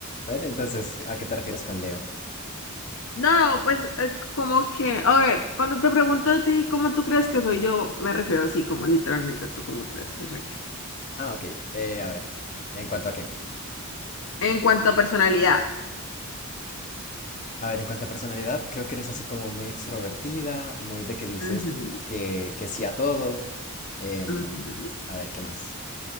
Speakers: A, on the left (about 35°); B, on the left (about 60°).
A: A ver, entonces, ¿a qué te refieres con Leo?
B: No, pues eh, como que, a ver, cuando te pregunto a ti cómo tú crees que soy yo, me refiero así, como literalmente tú cómo crees que soy yo.
A: Ah, ok. Eh, a ver, ¿en cuanto a qué?
B: En cuanto a personalidad.
A: A ver, en cuanto a personalidad, creo que eres así como muy extrovertida, muy de que dices
B: Ujú,
A: que, que sí a todo. em,
B: ujú.
A: a ver, ¿qué más?